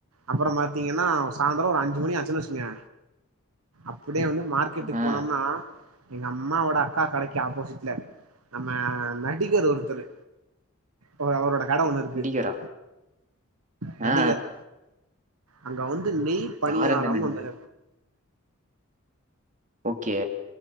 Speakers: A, on the right; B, on the right.
A: அப்புறோ பாத்தீங்கனா சாந்துரோ ஒரு அஞ்சு மணி ஆச்சுன் வச்சுகுங்க இப்டியே வந்து மார்க்கெட்டுக்
B: ஆ
A: போனோம்னா எங்க அம்மாவோட அக்கா கடைக்கு ஆப்போசிட்ல நம்ம நடிகர் ஒருத்தரு அவுரு அவரோட கட ஒன்னு இருக்கு
B: நடிகரா
A: இதுல நடிகர்
B: ஆ
A: அங்க வந்து நெய் பணியாரம்
B: யார் அந்த நடிகர்
A: ஒன்னு
B: ஓகே